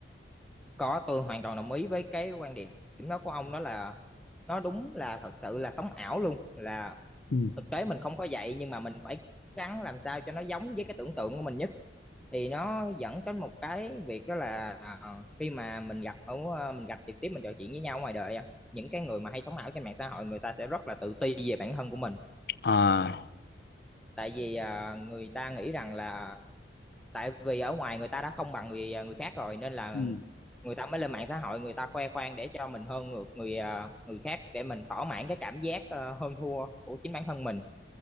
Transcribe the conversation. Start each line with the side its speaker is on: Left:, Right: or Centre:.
Centre: có tôi hoàn toàn đồng ý với cái quan điểm đó của ông đó là nó đúng là thật sự là sống ảo luôn là
Left: Ừ.
Centre: thực tế mình không có vậy nhưng mà mình phải gắng làm sao cho nó giống với cái tưởng tượng của mình nhất thì nó dẫn đến một cái việc đó là ờ, khi mà mình gặp ở ờ, mình gặp trực tiếp mình trò chuyện với nhau ngoài đời á, những cái người mà hay sống ảo trên mạng xã hội người ta sẽ rất là tự ti về bản thân của mình
Left: à
Centre: tại vì ờ, người ta nghĩ rằng là tại vì ở ngoài người ta đã không bằng người à, người khác rồi nên là
Left: Ừ.
Centre: người ta mới lên mạng xã hội người ta khoe khoang để cho mình hơn ngược người ờ, người khác để mình thỏa mãn cái cảm giác ờ, hơn thua của chính bản thân mình